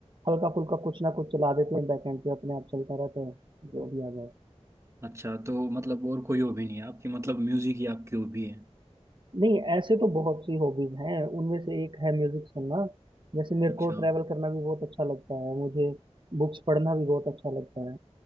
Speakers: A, on the right (about 45°); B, on the right (about 25°).
A: हल्का फुल्का कुछ ना कुछ चला देते हैं बैकएंड पे अपने आप चलता रहता है जो भी आ जाए
B: अच्छा तो मतलब और कोई हॉबी नहीं है आपकी मतलब म्यूजिक ही आपकी हॉबी है
A: नहीं ऐसे तो बहुत सी हॉबीज हैं उनमें से एक है म्यूजिक सुनना जैसे मेरे
B: अच्छा
A: को ट्रैवल करना भी बहुत अच्छा लगता है मुझे बुक्स पढ़ना भी बहुत अच्छा लगता है